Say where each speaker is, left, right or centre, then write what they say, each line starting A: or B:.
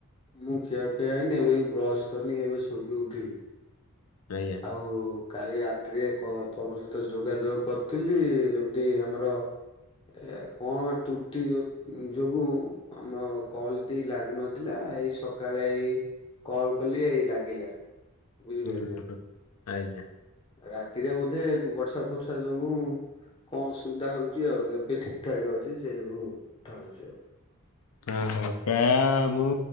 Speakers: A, on the left; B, on the left.
A: ମୁଁ ଖିଆ ପିଆ ହେଇନି ଏବେ ବି ବ୍ରସ କରିନି ଏବେ ଶୋଇକି ଉଠିଲି।
B: ଆଜ୍ଞା।
A: ଆଉ କାଲି ରାତିରେ କଣ ତମ ସ ତ ଯୋଗାଯୋଗ କରିଥିଲି ଯେମିତି ଆମର। ଏ କଣ ତ୍ରୁଟି ଯୋଗୁଁ। ଆମ କଲ ଟି ଲାଗୁନଥିଲା ଏଇ ସକାଳେ ଏଇ। କଲ କଲି ଏଇ ଲାଗିଲା। ବୁଝିପାଇଲ।
B: ହୁଁ ହୁଁ ଆଜ୍ଞା।
A: ରାତିରେ ବୋଧେ ବର୍ଷା ଫର୍ଷା ଯୋଗୁ। କଣ ଅସୁବିଧା ହଉଛି ଆଉ ଏବେ ଠିକ୍ ଠାକ୍ ଅଛି ସେଇ ସବୁ କଥା ହଉଛି ଆଉ।
B: ଓହୋ ପ୍ରାୟ ମୁଁ